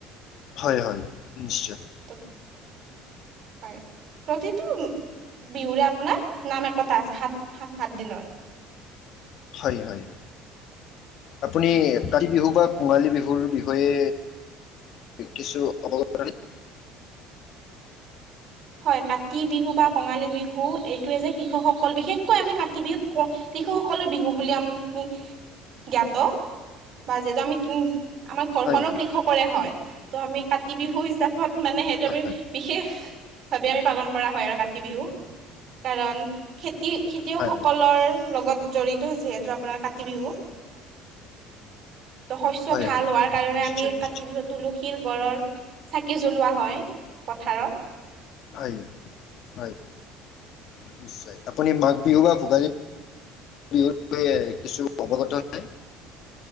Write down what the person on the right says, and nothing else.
<inaudible> হয়, প্ৰতিটো বিহুৰে আপোনাৰ নাম একোতা আছে সাত-সাত দিনৰ।
হয় কাতি বিহু বা কঙালী বিহু এইটোৱে যে কৃষকসকল বিশেষকৈ আমি কাতি বিহুক ক কিশুসকলৰ বিহু বুলি আমি জ্ঞাত বা যিহেতু আমি কি আমাৰ ঘৰখনো
কৃষকৰে হয় ত' আমি কাতি বিহু হিচাপত মানে সেইটো
আমি
বিশেষ ভাৱে আমি পালন কৰা হয় আৰু কাতি বিহু কাৰণ খেতি খেতিয়কসকলৰ
লগত লগত জড়িত হৈছে যিহেতু আপোনাৰ কাতি বিহু ত শস্য
ভাল
হোৱাৰ কাৰণে
আমি
কাতি বিহুত তুলসীৰ গডৰ চাকি জ্বলোৱা হয় পথাৰত